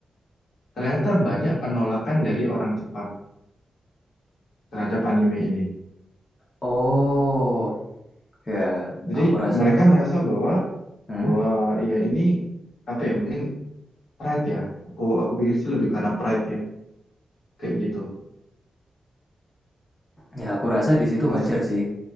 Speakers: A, on the left (about 80°); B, on the left (about 25°).
A: ternyata banyak penolakan dari orang Jepang terhadap anime ini
B: oh, ya
A: jadi
B: aku rasa,
A: mereka merasa bahwa
B: hmm,
A: bahwa ya ini apa ya mungkin Pride ya. Aku aku pikir sih lebih karena pride ya, kayak gitu.
B: ya aku rasa di situ
A: Masa.
B: wajar sih.